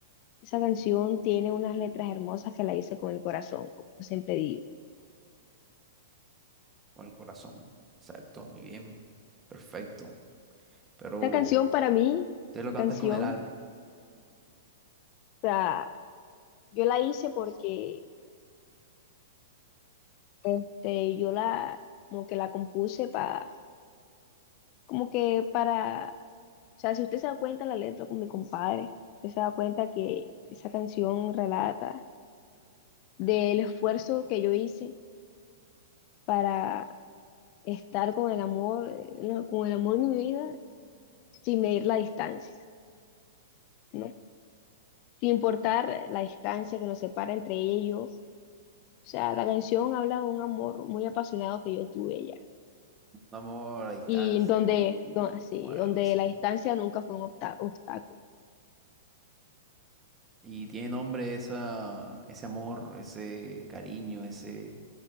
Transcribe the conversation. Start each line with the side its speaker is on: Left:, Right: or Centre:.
Left: esa canción tiene unas letras hermosas que la hice con el corazón, como siempre digo.
Right: Con el corazón. Exacto, muy bien. Perfecto. Pero
Left: La canción para mí,
Right: te lo cantas
Left: canción,
Right: con el alma.
Left: o sea, yo la hice porque este, yo la, como que la compuse para, como que para, o sea, si usted se da cuenta la letra con mi compadre, usted se da cuenta que esa canción relata del esfuerzo que yo hice para estar con el amor, eh, no, con el amor de mi vida, sin medir la distancia, ¿no? Sin importar la distancia que nos separa entre ella y yo O sea, la canción habla de un amor muy apasionado que yo tuve ella.
Right: Un amor a distancia
Left: Y donde,
Right: que hubo,
Left: do- sí,
Right: como algo
Left: donde
Right: así.
Left: la distancia nunca fue un obsta- obstáculo.
Right: Y tiene nombre esa, ese amor, ese cariño, ese,